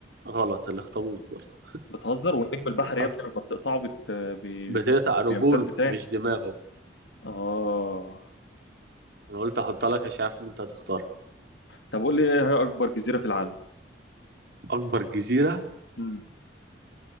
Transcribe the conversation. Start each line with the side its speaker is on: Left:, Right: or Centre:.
Right: غلط الاخطبوط برضه
Left: بتهزر والنجم البحري
Right: ها.
Left: يا ابني لما بتقطعه بت... بي...
Right: بتقطع رجوله
Left: بيمتد تاني
Right: مش دماغه
Left: اه
Right: انا قلت احطها لك عشان عارف ان انت هتختارها
Left: طب قول لي ايه هي اكبر جزيرة في العالم
Right: اكبر جزيرة
Left: مم.